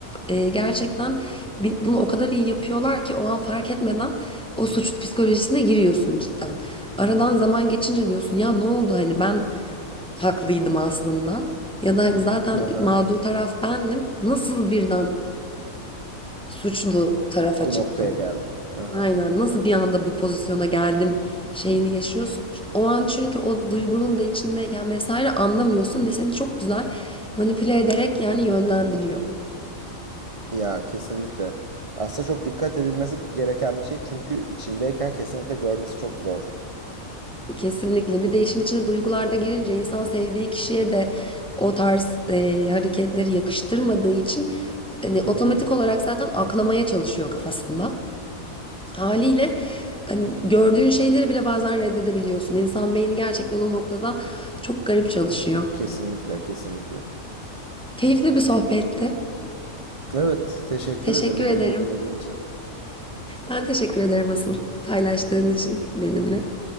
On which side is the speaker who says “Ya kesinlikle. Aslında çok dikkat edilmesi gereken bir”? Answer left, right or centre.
Right